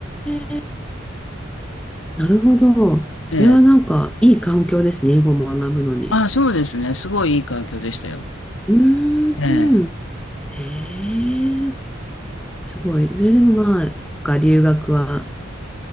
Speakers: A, in the centre; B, on the left.
A: え、なるほど。それはなんかいい環境ですね、
B: え、ええ。
A: 英語を学ぶのに。
B: あそうですね。すごいいい環境でしたよ。
A: うーん。
B: ええ。
A: へえ、すごい。それでもまあ、そっか、留学は